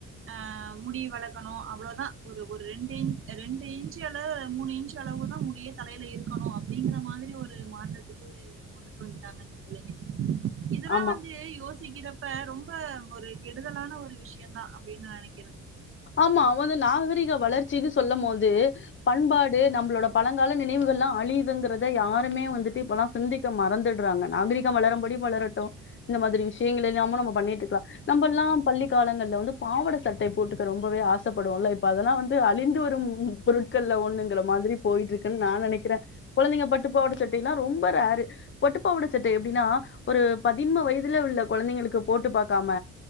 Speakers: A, on the right; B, on the left.
A: ஆ முடி வளக்கணு அவ்ளேவுதா ஒரு ஒரு ரெண்டு இன் ரெண்டு இன்ச் அள மூணு இன்சு அளவுதா முடியே தலையில இருக்கணு அப்டிங்கிற மாதிரி ஒரு மாற்றத்துக்கு கொண்டுட்டு வந்துட்டாங்க அந்த புள்ளைங்க இதெல்லா
B: ஆமா
A: வந்து யோசி சிக்கிறப்ப ரொம்ப ஒரு கெடுதலான ஒரு விஷ்யோ தா அப்டின்னு நா நெனைக்கிறே
B: ஆமா அவுங்‌ வந்து நாகரிக வளர்ச்சின்னு சொல்லும் போது பண்பாடு நம்மளோட பழங்கால நினைவுகள்லா அழியுதுங்கறத யாருமே வந்துட்டு இப்பலா சிந்திக்க மறந்துடறாங்க நாகரிகம் வளரும்படி வளரட்டு இந்த மாதிரி விஷ் <unintelligible> இல்லாம நம்போ பண்ணிட்ருக்கலா நம்பல்லாம் பள்ளிகாலங்கள்ல வந்து பாவட சட்டை போட்டுக்க ரொம்பவே ஆசப்படுவோல்ல இப்ப அதெல்லா வந்து அழிந்து வரும் ம் பொருட்கள்ல ஒண்ணுங்கற மாதிரி போயிட்டு இருக்குன்னு நா நெனைக்கிறே கொழந்தைங்க பட்டுப்பாவட சட்டையெல்லா ரொம்ப ரேர்ரு பட்டுப்பாவாட சட்டை எப்டின்னா ஒரு பதின்ம வயதுல உள்ள கொழந்தைங்களுக்கு போட்டு பாக்காம